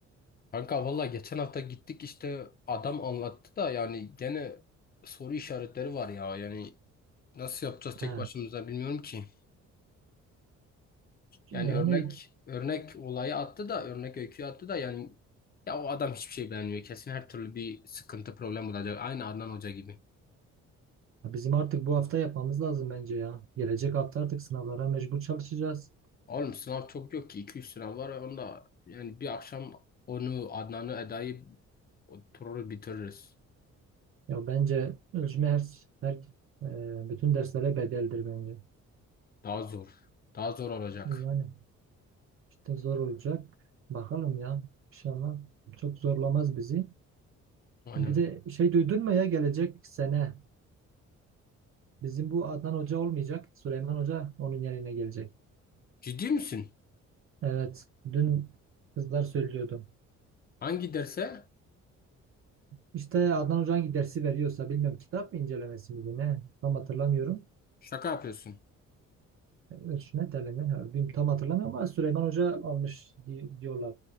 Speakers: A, on the left (about 30°); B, on the right (about 45°).
A: Kanka valla geçen hafta gittik işte adam anlattı da yani gene soru işaretleri var ya yani nasıl yapacağız tek
B: He.
A: başımıza bilmiyorum ki.
B: Yani
A: Yani örnek örnek olayı attı da örnek öyküyü attı da yani ya o adam hiçbir şey beğenmiyor. Kesin her türlü bir sıkıntı problem olacak. Aynı Adnan Hoca gibi.
B: Ya Bizim artık bu hafta yapmamız lazım bence ya. Gelecek hafta artık sınavlara mecbur çalışacağız.
A: Oğlum sınav çok yok ki iki üç sınav var onda yani bir akşam onu Adnan'ı Eda'yı oturur bitiririz.
B: Ya bence ölçme her, her e, bütün derslere bedeldir bence.
A: Daha zor. Daha zor olacak.
B: Yani işte zor olacak. Bakalım ya. İnşallah çok zorlamaz bizi.
A: Aynen.
B: Bir de şey duydun mu ya gelecek sene bizim bu Adnan Hoca olmayacak. Süleyman Hoca onun yerine gelecek.
A: Ciddi misin?
B: Evet. Dün kızlar söylüyordu.
A: Hangi derse?
B: İşte Adnan Hoca hangi dersi veriyorsa bilmiyorum kitap incelemesi miydi ne tam hatırlamıyorum.
A: Şaka yapıyorsun.
B: Üç ne telemi? Ha, bilmiyorum, tam hatırlamıyorum ama Süleyman Hoca almış di- diyorlar.